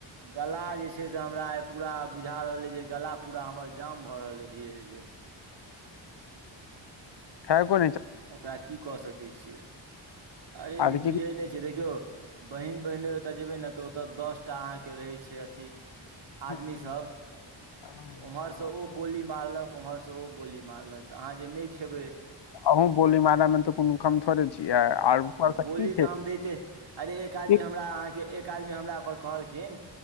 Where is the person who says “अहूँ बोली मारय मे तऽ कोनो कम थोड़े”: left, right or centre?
Left